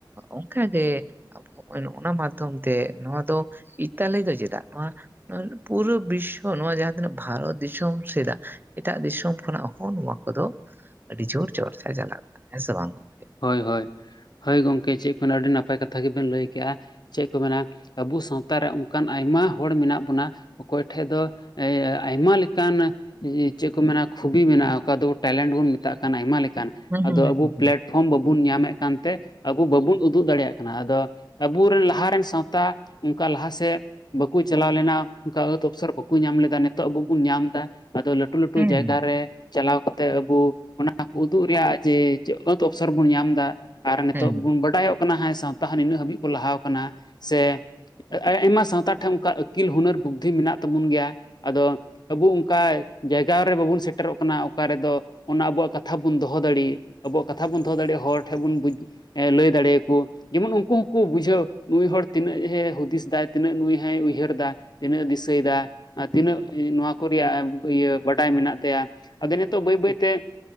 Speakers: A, on the right (about 25°); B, on the left (about 60°).
A: ᱚᱱᱠᱟᱜᱮ, ᱱᱚᱜᱼᱭᱚ ᱱᱚᱣᱟ ᱢᱟᱫᱽᱫᱷᱚᱢ ᱛᱮ ᱱᱚᱣᱟ ᱫᱚ ᱤᱛᱟᱞᱤ ᱫᱚ ᱪᱮᱫᱟᱜ ᱱᱚᱣᱟ? ᱱᱚᱣᱟ ᱨᱮ ᱯᱩᱨᱟᱹ ᱵᱤᱥᱚ ᱛᱚ ᱱᱚᱣᱟ ᱡᱟᱦᱟᱸ ᱛᱤᱱᱟᱹᱜ ᱵᱷᱟᱨᱚᱛ ᱫᱤᱥᱚᱢ ᱥᱮᱫᱟᱜ ᱮᱴᱟᱜ ᱫᱤᱥᱚᱢ ᱠᱷᱚᱱᱟᱜ ᱦᱚᱸ ᱱᱚᱣᱟ ᱠᱚᱫᱚ ᱟᱹᱰᱤ ᱡᱳᱨ ᱪᱚᱨᱪᱟ ᱪᱟᱞᱟᱜ ᱠᱟᱱᱟ ᱦᱮᱸ ᱥᱮ ᱵᱟᱝ ᱜᱚᱝᱠᱮ?
B: ᱦᱚᱭ ᱦᱚᱭ ᱦᱳᱭ ᱜᱚᱝᱠᱮ ᱪᱮᱜ ᱠᱚ ᱢᱮᱱᱟ ᱟᱹᱰᱤ ᱱᱟᱯᱟᱭ ᱠᱟᱛᱷᱟ ᱜᱤᱵᱮᱱ ᱞᱟᱹᱭ ᱠᱮᱜ-ᱟ ᱾ ᱪᱮᱜ ᱠᱚ ᱢᱮᱱᱟ ᱟᱹᱵᱩ ᱥᱟᱶᱛᱟ ᱨᱮ ᱚᱱᱠᱟᱱ ᱟᱭᱢᱟ ᱦᱚᱲ ᱢᱤᱱᱟᱜ ᱵᱚᱱᱟ ᱾ ᱚᱠᱚᱭ ᱴᱷᱮᱡᱽ ᱫᱚ ᱮ ᱟᱭᱢᱟ ᱞᱮᱠᱟᱱ ᱤ ᱪᱮᱜ ᱠᱚ ᱢᱮᱱᱟ ᱠᱷᱩᱵᱤ ᱢᱮᱱᱟᱜᱼᱟ ᱚᱠᱟ ᱫᱚ ᱴᱮᱞᱮᱱᱴ ᱵᱩᱱ ᱢᱮᱛᱟᱜ ᱠᱟᱱᱟ ᱟᱭᱢᱟ ᱞᱮᱠᱟᱱ
A: ᱦᱩᱸ
B: ᱟᱫᱚ
A: ᱦᱩᱸ
B: ᱟᱹᱵᱩ
A: ᱦᱩᱸ
B: ᱯᱮᱞᱮᱴ ᱯᱷᱨᱚᱢ ᱵᱟᱹᱵᱩᱱ ᱧᱟᱢᱮᱜ ᱠᱟᱱᱛᱮ ᱟᱹᱵᱩ ᱵᱟᱹᱵᱩᱱ ᱩᱫᱩᱜ ᱫᱟᱲᱮᱭᱟᱜ ᱠᱟᱱᱟ ᱟᱫᱚ ᱟᱵᱩ ᱨᱮᱱ ᱞᱟᱦᱟ ᱨᱮᱱ ᱥᱟᱶᱛᱟ ᱚᱱᱠᱟ ᱞᱟᱦᱟ ᱥᱮᱫ ᱵᱟᱹᱠᱩ ᱪᱟᱞᱟᱣ ᱞᱮᱱᱟ ᱚᱱᱠᱟ ᱟᱹᱛ ᱚᱯᱥᱚᱨ ᱵᱟᱹᱠᱩ ᱧᱟᱢ ᱞᱮᱫᱟ ᱱᱤᱛᱚᱜ ᱟᱹᱵᱩ ᱵᱩᱱ ᱧᱟᱢ ᱫᱟ ᱟᱫᱚ ᱞᱟᱹᱴ ᱞᱟᱹᱴᱩ ᱞᱟᱹᱴᱩ
A: ᱦᱩᱸ
B: ᱡᱟᱭᱜᱟ
A: ᱦᱩᱸ ᱦᱩᱸ
B: ᱨᱮ ᱪᱟᱞᱟᱣ ᱠᱟᱛᱮᱜ ᱟᱹᱵᱩ ᱚᱱᱟ ᱠᱩ ᱩᱫᱩᱜ ᱨᱮᱭᱟᱜ ᱡᱮ ᱟᱺᱠᱷ ᱛᱚ ᱚᱯᱥᱚᱨ ᱵᱩᱱ ᱧᱟᱢ ᱫᱟ ᱟᱨ ᱱᱤᱛᱚᱜ
A: ᱦᱩᱸ
B: ᱵᱩᱱ ᱵᱟᱰᱟᱭᱚᱜ ᱠᱟᱱᱟ ᱦᱮᱸ ᱥᱟᱶᱛᱟ ᱦᱚᱸ ᱱᱤᱱᱟᱹᱜ ᱦᱟᱹᱵᱤᱜ ᱠᱚ ᱞᱟᱦᱟᱣ ᱠᱟᱱᱟ ᱥᱮ ᱮᱸ ᱟ ᱟᱭᱢᱟ ᱥᱟᱶᱛᱟ ᱴᱷᱮᱱ ᱚᱱᱠᱟ ᱟᱹᱠᱤᱞ ᱦᱩᱱᱟᱹᱨ ᱵᱩᱫᱽᱫᱷᱤ ᱢᱮᱱᱟᱜ ᱛᱟᱹᱵᱩᱱ ᱜᱮᱭᱟ ᱟᱫᱚ ᱟᱹᱵᱩ ᱩᱱᱠᱟ ᱡᱟᱭᱜᱟ ᱨᱮ ᱵᱟᱹᱵᱩᱱ ᱥᱮᱴᱮᱨᱚᱜ ᱠᱟᱱᱟ ᱚᱠᱟ ᱨᱮᱫᱚ ᱚᱱᱟ ᱟᱹᱵᱩᱣᱟᱜ ᱠᱟᱛᱷᱟ ᱵᱩᱱ ᱫᱚᱦᱚ ᱫᱟᱹᱲᱤᱜ ᱾ ᱠᱟᱛᱷᱟ ᱵᱩᱱ ᱫᱚᱦᱚ ᱫᱟᱲᱤᱜ ᱦᱚᱲ ᱴᱷᱮᱡ ᱵᱩᱱ ᱵᱩᱡ ᱮ ᱞᱟᱹᱭ ᱫᱟᱲᱮᱭ ᱟᱠᱩ ᱾ ᱡᱮᱢᱚᱱ ᱩᱱᱠᱩ ᱦᱩᱸᱠᱩ ᱵᱩᱡᱷᱟᱹᱣ ᱱᱩᱭ ᱦᱚᱲ ᱛᱤᱱᱟᱹᱜ ᱮ ᱦᱩᱫᱤᱥ ᱫᱟᱭ ᱛᱤᱱᱟᱹᱜ ᱱᱩᱭ ᱦᱚᱸᱭ ᱩᱭᱦᱟᱹᱨ ᱮᱫᱟ ᱾ ᱛᱤᱱᱟᱹᱜ ᱮ ᱫᱤᱥᱟᱹᱭ ᱮᱫᱟ ᱟᱨ ᱛᱤᱱᱟᱹᱜ ᱤ ᱱᱚᱣᱟ ᱠᱩ ᱨᱮᱭᱟᱜ ᱮ ᱤᱭᱟᱹ ᱵᱟᱰᱟᱭ ᱢᱤᱱᱟᱜ ᱛᱟᱭᱟ ᱾ ᱟᱫᱚ ᱱᱤᱛᱚᱜ ᱵᱟᱹᱭ ᱵᱟᱹᱭ ᱛᱮ